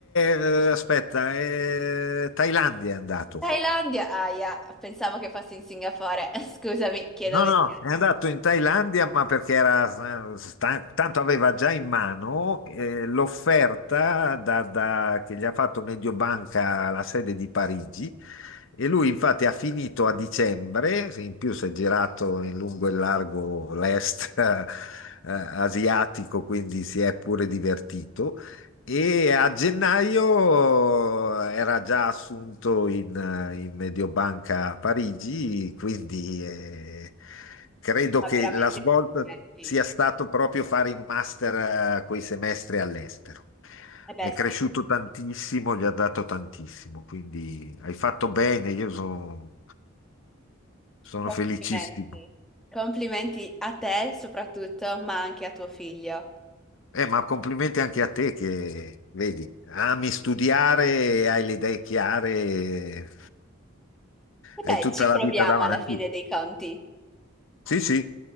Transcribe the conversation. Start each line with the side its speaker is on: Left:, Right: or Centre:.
Left: eh, aspetta, è Thailandia è andato.
Centre: Thailandia, ahia, pensavo che fosse in Singapore. <laughs> Scusami, chiedo
Left: No,
Centre: ver-
Left: no, è andato in Thailandia, ma perché era eh, stan- tanto aveva già in mano eh, l'offerta da- da- che gli ha fatto Mediobanca alla sede di Parigi e lui infatti ha finito a dicembre, se in più si è girato in lungo e largo l'est <laughs> eh, asiatico, quindi si è pure divertito. E a gennaio era già assunto in, in Mediobanca a Parigi, quindi eh, credo
Centre: Ma
Left: che
Centre: veramente
Left: la svolta
Centre: complimenti.
Left: sia stato proprio fare il master eh, quei semestri all'estero.
Centre: Eh beh,
Left: È
Centre: sì,
Left: cresciuto tantissimo, gli ha dato tantissimo, quindi hai fatto bene, io sono sono
Centre: complimenti.
Left: felicissimo.
Centre: complimenti a te soprattutto, ma anche a tuo figlio.
Left: Eh, ma complimenti anche a te che, vedi, ami studiare, hai le idee chiare,
Centre: E beh,
Left: hai tutta
Centre: ci
Left: la
Centre: proviamo
Left: vita davanti.
Centre: alla fine dei conti.
Left: Sì, sì.